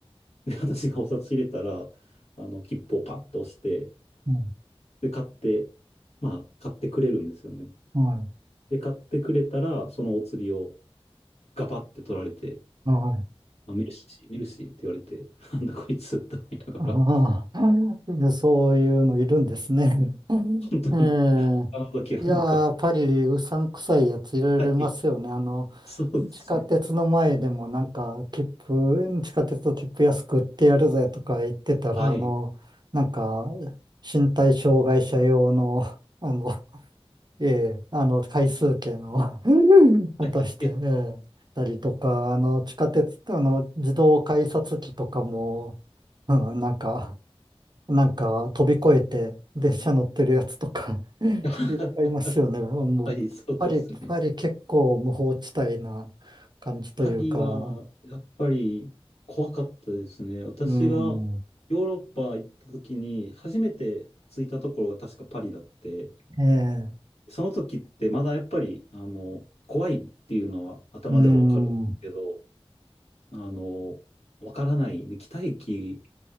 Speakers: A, on the left; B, on the right.
A: <laughs> で、私がお札入れたら、あの、切符をパッと押して、
B: うん、
A: で、買って、まあ、買ってくれるんですよね。
B: はい、
A: で、買ってくれたら、そのお釣りをガバって取られて、
B: はい。
A: まあ、メルシー、メルシーって言われて、<laughs> なんだこいつって思いながら。
B: <laughs> ああ、そういうのいるんですね。うんえ
A: 本当に、あの時はなんか、
B: えいやー、パリ、うさんくさいやついろいろいますよね。
A: はい、
B: あの、
A: そうですね。
B: 地下鉄の前でもなんか、切符、地下鉄の切符安く売ってやるぜとか言ってたら、
A: はい、
B: あの、なんか、身体障害者用の、あの、ええあの、回数券を <laughs> 渡して、
A: はい、
B: ええたりとか、あの、地下鉄、あの、自動改札機とかも、うん、なんか、なんか飛び越えて電車乗ってるやつとか <laughs>
A: <laughs>
B: いっぱいいますよね。もうパリ、
A: はい、そうですね。
B: パリ結構無法地帯な感じというか、
A: パリは、やっぱり怖かったですね。私が
B: うん、
A: ヨーロッパ行った時に、初めて着いたところが確かパリだって、
B: ええ、
A: その時ってまだやっぱり、あの、怖いっていうのは頭ではわかるんですけど、
B: うん、
A: あの、わからない。で、北駅